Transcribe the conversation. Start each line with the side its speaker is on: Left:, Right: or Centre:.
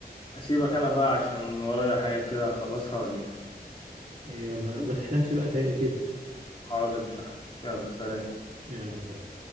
Left: هسيبك أنا بقى عشان ورايا حاجات كده هخلصها وأجيلك
Right: <laughs> يلا
Left: ماشي؟
Right: ما تحلمش بقى تاني كده
Left: حاضر مش هحب. يلا سلام
Right: يلا سلام